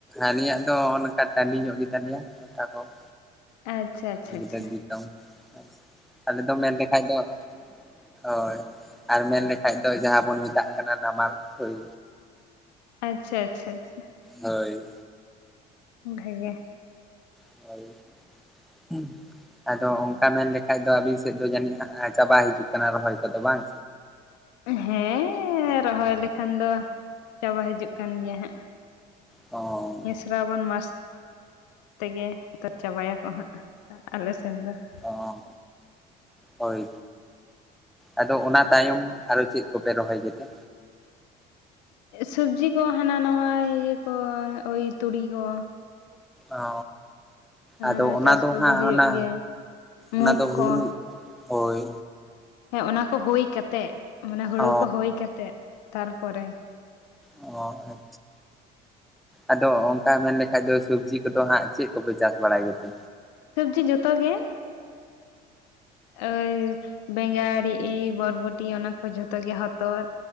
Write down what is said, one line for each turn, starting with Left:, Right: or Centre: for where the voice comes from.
Centre: ᱟᱹᱞᱤᱧᱟᱜ ᱫᱚ᱾ ᱦᱚᱜᱚ ᱱᱚᱝᱠᱟ ᱴᱟᱺᱰᱤ ᱧᱚᱜ ᱜᱮ ᱛᱟᱞᱮᱭᱟ ᱴᱚᱴᱷᱟ ᱠᱚ ᱾
Left: ᱟᱪᱪᱷᱟ ᱟᱪᱪᱷᱟ
Centre: <unintelligible>
Left: ᱟᱪᱪᱷᱟ
Centre: ᱟᱞᱮ ᱫᱚ ᱢᱮᱱ ᱞᱮᱠᱷᱟᱡ ᱫᱚ ᱦᱳᱭ, ᱟᱨ ᱢᱮᱱ ᱞᱮᱠᱷᱟᱡ ᱫᱚ ᱡᱟᱦᱟᱸ ᱵᱚᱱ ᱢᱮᱛᱟᱜ ᱠᱟᱱᱟ ᱱᱟᱢᱟᱞ ᱦᱩᱭ
Left: ᱟᱪᱪᱷᱟ ᱟᱪᱪᱷᱟ ᱟᱪᱪᱷᱟ᱾
Centre: ᱦᱳᱭ᱾
Left: ᱵᱷᱮᱜᱮ᱾
Centre: <inaudible> ᱟᱫᱚ ᱚᱜᱠᱟ ᱢᱮᱱ ᱞᱮᱠᱷᱟᱡ ᱫᱚ ᱟᱵᱤᱱ ᱥᱮᱫ ᱫᱚ ᱡᱟᱹᱱᱤᱡ ᱪᱟᱵᱟ ᱦᱤᱡᱩᱜ ᱠᱟᱱᱟ ᱨᱚᱦᱚᱭ ᱠᱚᱫᱚ ᱵᱟᱝ?
Left: ᱦᱮᱸᱻ ᱨᱚᱦᱚᱭ ᱞᱮᱠᱷᱟᱱ ᱫᱚ ᱪᱟᱵᱟ ᱦᱤᱡᱩᱜ ᱠᱟᱱ ᱜᱮᱭᱟ ᱦᱟᱸᱜ ᱾
Centre: ᱚᱝᱻ
Left: ᱥᱚᱨᱟᱵᱚᱱ ᱢᱟᱥ ᱛᱮᱜᱮ ᱛᱚ, ᱪᱟᱵᱟᱭᱟᱠᱚ ᱦᱟᱸᱜ ᱟᱞᱮ ᱥᱮᱱ ᱫᱚ ᱾
Centre: ᱚᱸ ᱦᱳᱭ ᱟᱫᱚ ᱚᱱᱟ ᱛᱟᱭᱚᱢ ᱟᱨᱚ ᱪᱮᱫ ᱠᱚᱯᱮ ᱨᱚᱦᱚᱭ ᱠᱮᱫᱟ?
Left: ᱥᱟᱹᱵᱡᱤ ᱠᱚ ᱦᱟᱱᱟ ᱱᱟᱣᱟ ᱤᱭᱟᱹ ᱠᱚ ᱳᱭ ᱛᱩᱲᱤ ᱠᱚ᱾
Centre: ᱚ
Left: ᱦᱟᱱᱟ
Centre: ᱟᱫᱚ
Left: ᱱᱟᱣᱟ
Centre: ᱚᱱᱟ
Left: ᱪᱟᱥ
Centre: ᱫᱚ
Left: ᱠᱚᱜᱮ
Centre: ᱦᱟᱸᱜ
Left: ᱦᱩᱭᱩᱜ
Centre: ᱚᱱᱟ
Left: ᱜᱮᱭᱟ ᱢᱩᱜᱽ
Centre: ᱚᱱᱟᱫᱚ
Left: ᱠᱚ
Centre: ᱦᱩᱲᱩ ᱦᱳᱭ᱾
Left: ᱦᱮᱸ ᱚᱱᱟ ᱠᱚ ᱦᱩᱭ ᱠᱟᱛᱮᱜ᱾ ᱢᱟᱱᱮ ᱦᱩᱲᱩ
Centre: ᱚ
Left: ᱠᱚ ᱦᱩᱭ ᱠᱟᱛᱮᱜ ᱛᱟᱨᱯᱚᱨᱮ ᱾
Centre: ᱚ ᱟᱪᱪᱷᱟ᱾ ᱟᱫᱚ ᱚᱝᱠᱟ ᱢᱮᱱ ᱞᱮᱠᱷᱟᱡ ᱫᱚ ᱥᱚᱵᱽᱡᱤ ᱠᱚᱫᱚ ᱦᱟᱸᱜ ᱪᱮᱫ ᱠᱚᱯᱮ ᱪᱟᱥ ᱵᱟᱲᱟᱭ ᱜᱮᱛᱮ?
Left: ᱥᱚᱵᱽᱡᱤ ᱡᱚᱛᱚ ᱜᱮ ᱳᱭ ᱵᱮᱸᱜᱟᱲᱤ ᱵᱚᱨᱵᱚᱴᱤ ᱚᱱᱟ ᱠᱚ ᱡᱚᱛᱚ ᱜᱮ ᱦᱚᱛᱚᱜ᱾